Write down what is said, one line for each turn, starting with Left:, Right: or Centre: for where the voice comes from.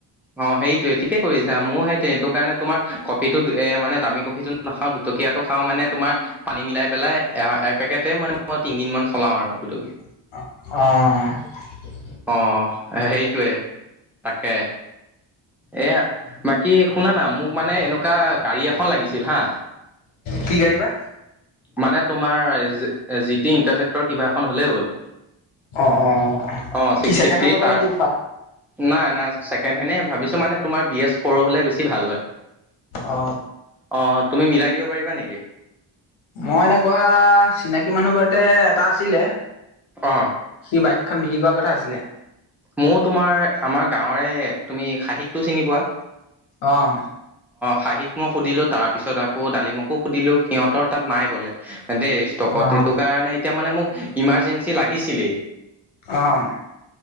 Centre: অ সেইটোৱে ঠিকে কৰি ছা মোৰ সেইটোৱে এইটো কাৰণে তোমাৰ কফিটো মানে দামী কফিটো নাখাওঁ দুটকীয়া টো খাওঁ মানে তোমাৰ পানী মিলাই পেলাই এ এপেকেটে মানে মই তিন দিন মান চলাওঁ আৰু দুটকিয়া
Left: অহ
Centre: অ সেইটোৱে তাকে এয়া বাকী শুনানা মোক মানে এনেকুৱা গাড়ী এখন লাগিছিল হা
Left: কি গাড়ী বা
Centre: মানে তোমাৰ এ জি টি ইন্টাৰচেক্টৰ কিবা এখন হ'লে হ'ল
Left: অ অ
Centre: অ ছিক্স
Left: কি চেকেণ্ড
Centre: ফিফটি
Left: হেণ্ড ল'বা
Centre: তাৰ
Left: নেকি
Centre: নাই নাই ছেকেণ্ড হেণ্ডে ভাবিছোঁ মানে তোমাৰ বি এছ ফ'ৰ হ'লে বেছি ভাল হয়।
Left: অ
Centre: অ তুমি মিলাই দিব পাৰিবা নেকি
Left: মই এনেকুৱা চিনাকি মানুহ বোৰতে এটা আছিলে।
Centre: অ
Left: সি বাইকখন বিক্ৰী কৰা কথা আছিলে।
Centre: মোৰ তোমাৰ আমাৰ গাঁৱৰে তুমি খাহীক টো চিনি পোৱা।
Left: অহ
Centre: খাহিক মই সুধিলোঁ তাৰপিছত আকৌ দালিমকো সুধিলোঁ সিহঁতৰ তাত নাই বোলে দেই ষ্টকত
Left: অ
Centre: সেইটো কাৰণে এতিয়া মানে মোক ইমাৰজেঞ্চি লাগিছিলেই
Left: অহ